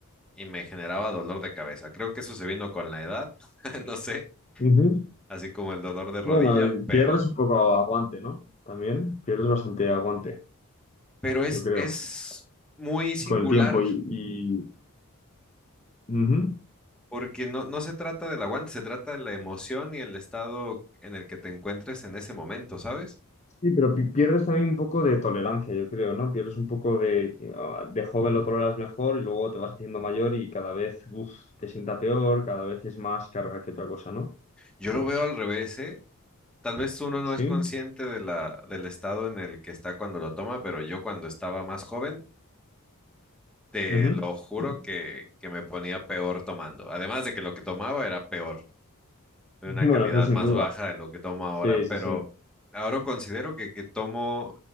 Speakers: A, in the centre; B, on the left.
A: y me generaba dolor de cabeza. Creo que eso se vino con la edad, <laughs> no sé,
B: ujú.
A: así como el dolor de rodilla,
B: Bueno, y pierdes
A: pero,
B: un poco aguante, ¿no? También pierdes bastante aguante,
A: pero es,
B: yo creo,
A: es muy singular
B: con el tiempo y, y ujú.
A: Porque no, no se trata del aguante, se trata de la emoción y el estado en el que te encuentres en ese momento, ¿sabes?
B: Sí, pero pi- pierdes también un poco de tolerancia, yo creo, ¿no? Pierdes un poco de, ah, de joven lo toleras mejor y luego te vas haciendo mayor y cada vez, uf, te sienta peor, cada vez es más carga que otra cosa, ¿no?
A: Yo lo veo al revés, ¿eh? Tal vez uno no
B: Sí.
A: es consciente de la, del estado en el que está cuando lo toma, pero yo cuando estaba más joven, te
B: Ujú.
A: lo juro
B: <laughs>
A: que, que me ponía peor tomando. Además de que lo que tomaba era peor, de
B: Bueno,
A: una calidad
B: eso sin
A: más
B: duda.
A: baja de lo que tomo ahora,
B: Sí,
A: pero
B: sí, sí.
A: ahora considero que, que tomo